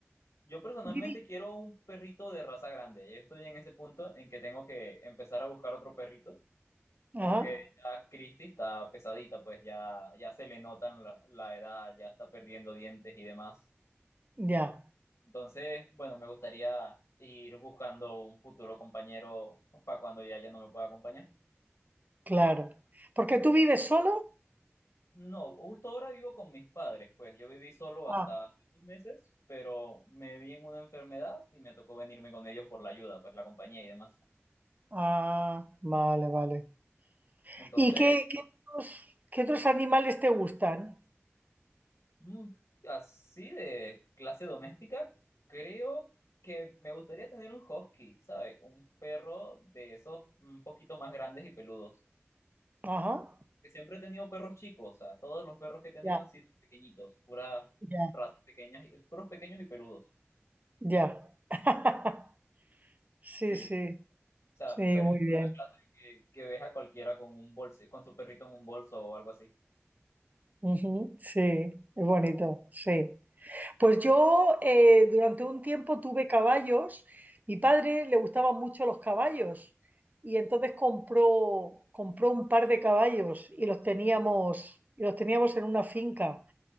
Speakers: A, on the left (about 80°); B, on the right (about 35°).
A: Yo personalmente
B: viví-
A: quiero un perrito de raza grande. Yo estoy en ese punto en que tengo que empezar a buscar otro perrito
B: Ajá,
A: porque ya Christie está pesadita, pues ya, ya se le notan la, la edad, ya está perdiendo dientes y demás.
B: ya,
A: Entonces, bueno, me gustaría ir buscando un futuro compañero para cuando ya, ya no me pueda acompañar.
B: claro. Porque tú vives solo.
A: No, justo ahora vivo con mis padres, pues yo viví solo
B: Ah,
A: hasta hace unos meses, pero me vi en una enfermedad y me tocó venirme con ellos por la ayuda, pues la compañía y demás.
B: ah, vale, vale.
A: Entonces,
B: ¿Y qué, qué otros, qué otros animales te gustan?
A: Mm, Así de clase doméstica, creo que me gustaría tener un husky, ¿sabes? Un perro de esos un poquito más grandes y peludos.
B: Ajá,
A: Que siempre he tenido perros chicos, o sea, todos los perros que he tenido
B: ya,
A: han sido pequeñitos, puras
B: ya,
A: razas pequeñas, y- puros pequeños y peludos.
B: ya. <laughs> Sí,
A: Sí,
B: sí,
A: o sea,
B: sí,
A: perritos
B: muy bien.
A: de la clase que, que ves a cualquiera con un bolso, con su perrito en un bolso o algo así.
B: Ujú, sí, es bonito, sí. Pues yo eh, durante un tiempo tuve caballos. Mi padre le gustaban mucho los caballos y entonces compró, compró un par de caballos y los teníamos, y los teníamos en una finca.